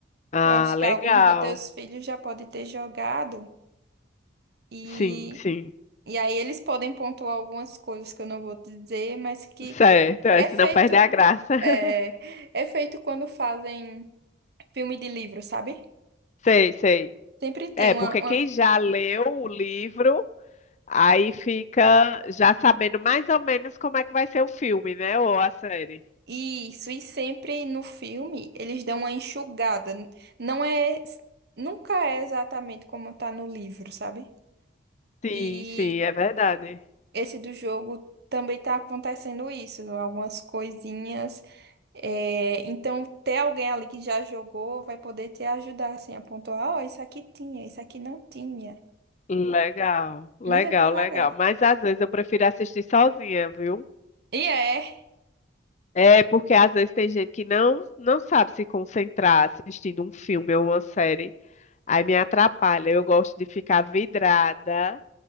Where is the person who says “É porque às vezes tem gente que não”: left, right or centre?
Left